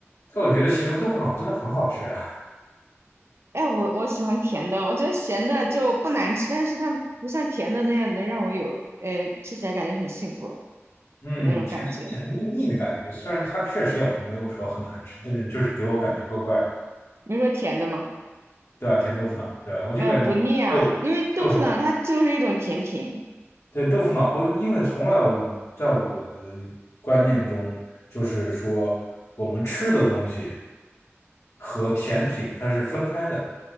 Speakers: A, on the left; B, on the right.
A: 但我觉得咸州豆腐脑真的很好吃啊，
B: 哎，我我喜欢甜的，我觉得咸的就不难吃，但是它不像甜的那样能让我有呃吃起来感觉很幸福
A: 嗯，
B: 的那种感觉。
A: 甜的有点腻腻的感觉，虽然它确实也没有说很难吃，但是就是给我感觉怪怪
B: 你说甜的吗？
A: 对吧？甜豆腐脑，对吧？我就感觉豆豆腐
B: 哎，不腻啊，因为豆腐脑它就是一种甜品。
A: 对豆腐脑，我因为从来在我的观念中，就是说我们吃的东西和甜品它是分开的，